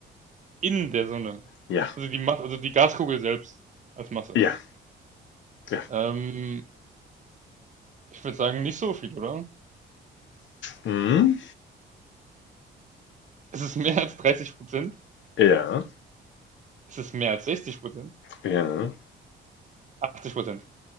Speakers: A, on the right; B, on the left.
A: in der Sonne.
B: Ja,
A: Also die Masse, also die Gaskugel selbst als Masse.
B: ja, ja.
A: Ähm, ich würde sagen, nicht so viel, oder?
B: Hm?
A: Es ist mehr als 30%?
B: Ja,
A: Ist es mehr als 60%?
B: ja.
A: 80%?